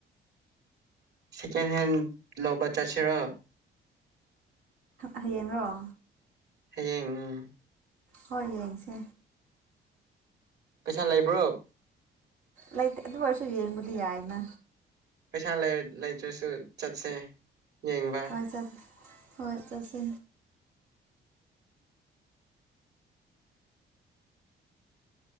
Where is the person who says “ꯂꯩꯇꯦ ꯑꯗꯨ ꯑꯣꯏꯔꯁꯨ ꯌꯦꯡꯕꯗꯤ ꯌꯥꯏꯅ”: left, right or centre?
Right